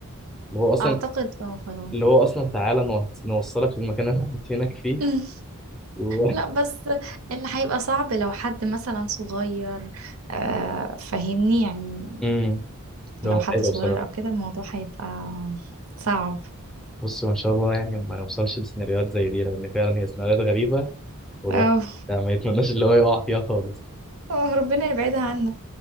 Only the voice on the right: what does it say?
اعتقد اه خلاص
أمم.
لا بس اللي هيبقى صعب لو حد مثلا صغير آه، فاهمني يعني
لو
حد صغير
او كده الموضوع هيبقى صعب
اه
آه، ربنا يبعدها عنا